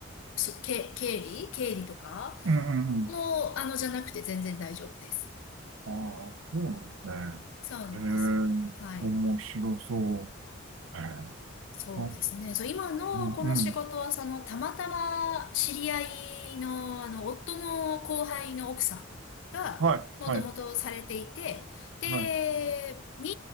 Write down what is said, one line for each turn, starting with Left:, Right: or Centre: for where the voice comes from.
Left: そけ、経理経理とか
Right: うん、うん。
Left: もう、あの、じゃなくて全然大丈夫です。
Right: ああ、そうなんですね。
Left: そうなんですよ。
Right: ええ、
Left: はい。
Right: 面白そう。ええ、
Left: そうですね。
Right: あ、
Left: そう、今のこの仕事は、
Right: うん、うん。
Left: その、たまたま知り合いの、あの、夫の後輩の奥さんが、
Right: はい、
Left: もともとされていて、
Right: はい、
Left: で、
Right: はい。
Left: 妊